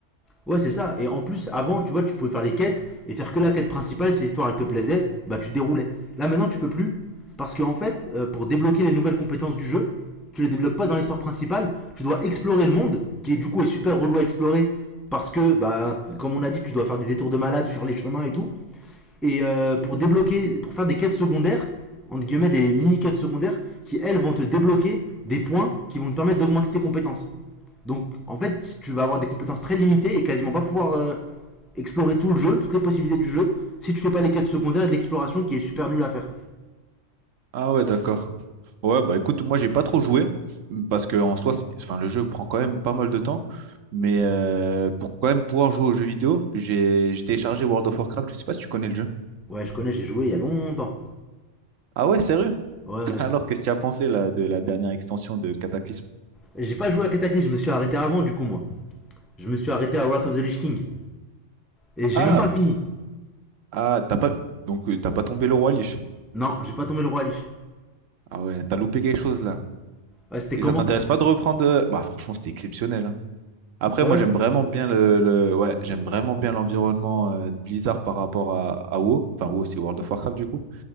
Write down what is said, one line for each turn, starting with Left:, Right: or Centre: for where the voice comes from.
Centre: Ouais, c'est ça. Et en plus, avant, tu vois, tu pouvais faire les quêtes et faire que la quête principale. Si l'histoire elle te plaisait, bah tu déroulais. Là maintenant, tu peux plus parce qu'en fait, euh, pour débloquer les nouvelles compétences du jeu, tu les débloques pas dans l'histoire principale. Tu dois explorer le monde, qui du coup est super relou à explorer parce que, bah, comme on a dit, tu dois faire des détours de malade sur les chemins et tout. Et euh, pour débloquer, pour faire des quêtes secondaires, entre guillemets des mini quêtes secondaires, qui elles vont te débloquer des points qui vont te permettre d'augmenter tes compétences. Donc en fait, si tu vas avoir des compétences très limitées et quasiment pas pouvoir euh, explorer tout le jeu, toutes les possibilités du jeu, si tu fais pas les quêtes secondaires et de l'exploration qui est super nulle à faire.
Right: Ah ouais, d'accord. Ouais, bah écoute, moi j'ai pas trop joué parce que en soi, c'est- enfin, le jeu prend quand même pas mal de temps. Mais euh, pour quand même pouvoir jouer aux jeux vidéo, j'ai j'ai téléchargé World of Warcraft. Je sais pas si tu connais le jeu.
Centre: Ouais, je connais, j'ai joué il y a longtemps.
Right: Ah ouais, sérieux?
Centre: Ouais,
Right: <laughs>
Centre: ouais.
Right: Alors, qu'est-ce que tu as pensé là, de la dernière extension de Cataclysme?
Centre: J'ai pas joué à Cataclysm, je me suis arrêté avant du coup moi. Je me suis arrêté à Wrath of the Lich King. Et j'ai
Right: Ah,
Centre: même pas fini.
Right: ah, t'as pas donc euh, t'as pas tombé le roi Lich.
Centre: Non, j'ai pas tombé le roi Lich.
Right: Ah ouais, t'as loupé quelque chose là.
Centre: Ouais, c'était
Right: Et
Centre: comment
Right: ça t'intéresse pas de reprendre euh, Bah franchement, c'était exceptionnel. hein. Après,
Centre: Ah
Right: moi
Centre: ouais
Right: j'aime vraiment bien le, le- ouais, j'aime vraiment bien l'environnement euh, de Blizzard par rapport à, à WoW. Enfin WoW, c'est World of Warcraft du coup.